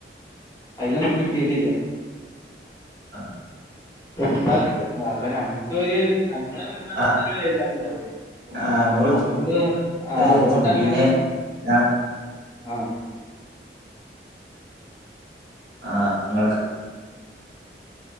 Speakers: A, on the left; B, on the right.
A: അതിലൊന്നും കിട്ടീട്ടില്ല
B: ആഹ്
A: എന്ന കിട്ടും നോക്കണം കര്യാഇല്ലേ നമ്മളെ മന് മനസ്സിലൊരു
B: ആ
A: വേചാറുണ്ടാവൂലേ
B: ആ ഇങ്ങള് വിളിച്ചന്ന്
A: അതുകൊണ്ട് ആ
B: വിചാരിച്ചിനി
A: അതുകൊണ്ട് അങ്ങനോന്നും
B: പിന്നെ
A: -
B: ഞാ
A: ആഹ്
B: ആഹ് നിങ്ങക്ക്